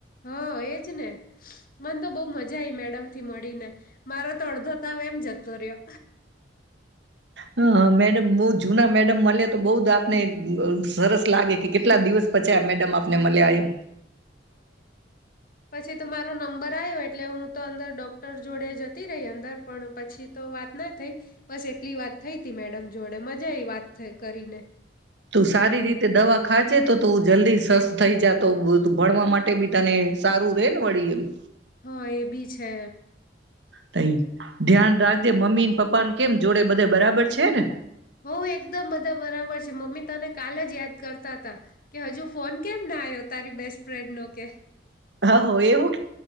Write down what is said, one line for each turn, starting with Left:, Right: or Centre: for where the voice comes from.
Left: હા એજ ને મને તો બહ મજા આવીઈ મેડમ થી મળીને મારો તો અડધો તાવ એમ જતો રહ્યો
Right: હ મેડમ બહ જુના મેડમ મળે તો બઉ જ આપને સરસ લાગે કે કેટલા દિવસ પછી આ મેડમ આપને મલ્યા એમ
Left: પથી તો મારો નંબર આવ્યો એટલે હું તો અંદર ડોક્ટર જોડે જતી રહી અંદર પણ પછી તો વાત ના થઈ બસ એટલી વાત થઈ ત મેડમ જોડે મજા આવી વાત કરીને
Right: તું સારી રીતે દવા ખાજે તો તું જલ્દી સરસ્સ થઈ જ તો ભણવા માટે બી તને સારું રે ને વળી એમ
Left: હ એ બી છે
Right: તય ધ્યાન રાખ દે મમ્મી ને પપ્પા ને કેમ જોડે બધે બરાબર છે ને
Left: હો એકદમ બધા બરાબર છે મમ્મી તને કાલે જ યાદ કરતા હતા કે હજુ ફોન કેમ ના આવ્યો તારી બેસ્ટ ફ્રેન્ડ નો કે
Right: હા હો એવું